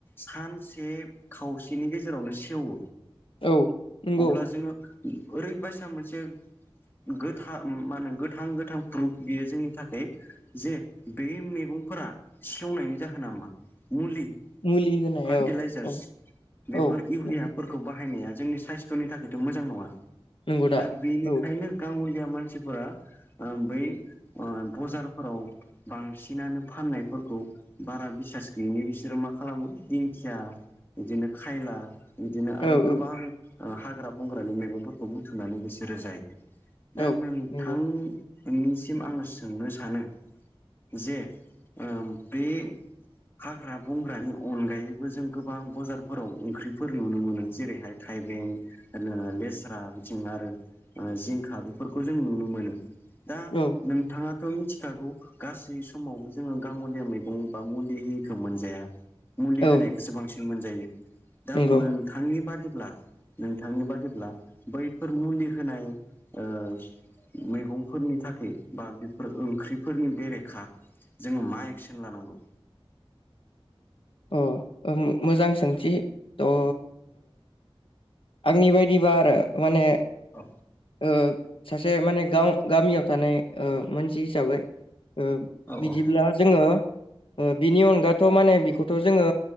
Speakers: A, on the left; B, on the left.
A: सानसे खावसेनि गेजेरावनो सेवो
B: औ नंगौ
A: अब्ला जोङो ओरैबायसा मोनसे गोथा मा होनो गोथां गोथां प्रुफ बियो जोंनि थाखाय जे बे मेगं फोरा सेवनायनि जाहोन नामा? मुलि
B: मुलि होनाय
A: फार्टिलाइजार्स
B: औ औ
A: बेफोर
B: औ
A: इउरियाफोरखौ
B: नंगौ
A: बाहायनाया जोंनि साइस्थ'नि थाखायथ' मोजां नङा।
B: नंगौ
A: दा बेनिखायनो
B: औ
A: गाङलिया मानसिफोरा ओ बै ओ बजारफोराव बांसिनानो फाननायफोरखौ बारा बिसास गैयिनि बिसोरो मा खालामो दिंखिया बिदिनो खायला बिदिनो आरो
B: औ
A: गोबां
B: औ
A: ओ हाग्रा बंग्रानि मेगंफोरखौ बुथुमनानै बिसोरो जायो। दा
B: औ
A: नोंथां
B: नंगौ
A: निसिम आङो सोंनो सानो जे ओ बे हाग्रा बंग्रानि अनगायैबो जों गोबां बजारफोराव ओंख्रिफोर नुनो मोनो जेरैहाय थाइबें ओ लेस्रा बिथिं आरो ओ जिंखा बेफोरखौ जों नुनो मोनो। दा
B: औ
A: नोंथाङा मिथिखागौ गासै समावबो जोङो गावलिया मैगं बा मुलि होयिखौ मोनजाया। मुलि
B: औ
A: होनायखौसो बांसिन मोनजायो दा
B: नंगौ
A: मोनथांनि बादि ब्ला नोंथांनि बादिब्ला बैफोर मुलि होनाय ओ मैगंफोरनि थाखाय बा बेफोर ओंख्रिफोरनि बेरेखा जोङो मा एक्सन लानांगौ?
B: अ ओ मोजां सोंथि थ' ओ आंनि बायदिबा आरो माने
A: औ
B: ओ सासे माने गाव गामियाव थानाय ओ मोन मानसि हिसाबै ओ
A: औ
B: बिदिब्ला
A: औ
B: जोङो ओ बिनि अनगाथ' माने बेखौथ' जोङो